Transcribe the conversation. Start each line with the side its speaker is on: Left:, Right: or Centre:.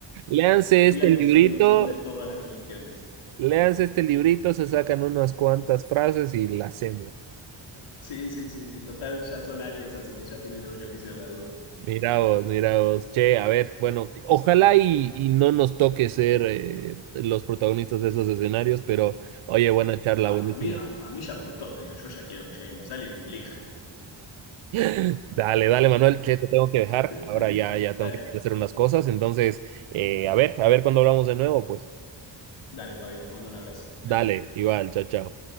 Right: Léanse
Left: digan
Right: este librito,
Left: que son, son de todas las religiones.
Right: léanse este librito, se sacan unas cuantas frases y la hacemos.
Left: Sí, sí, sí, sí. Total, ya son aliens, así que ya tienen el beneficio de la duda.
Right: Mira vos, mira vos. Che, a ver, bueno, ojalá y, y no nos toque ser eh, los protagonistas de esos escenarios, pero oye, buena charla,
Left: Ay,
Right: buenísima.
Left: a mí, a,
Right: <gasps>
Left: a mí ya me gustó, te digo. Yo ya quiero que lleguen los aliens y me elijan.
Right: <laughs> Dale, dale, Manuel, che, te tengo que dejar.
Left: Divertido.
Right: Ahora ya, ya tengo
Left: Dale,
Right: que ir a hacer unas cosas. Entonces, eh, a ver, a ver cuando hablamos de nuevo, pues.
Left: dale, Fabio, te mando un abrazo. quédate
Right: Dale,
Left: bien.
Right: igual, chao, chao.